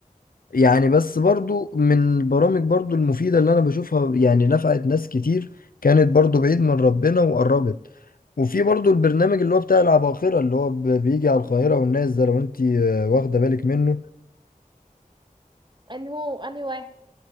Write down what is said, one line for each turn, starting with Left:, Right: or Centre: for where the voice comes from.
Left: يعني بس برضو من البرامج برضو المفيدة اللي أنا بشوفها يعني نفعت ناس كتير كانت برضو بعيد من ربنا وقربت وفي برضو البرنامج اللي هو بتاع العباقرة اللي هو ب- بيجي على القاهرة والناس ده لو أنت آه، واخدة بالك منه
Right: أنهو أنهي واحد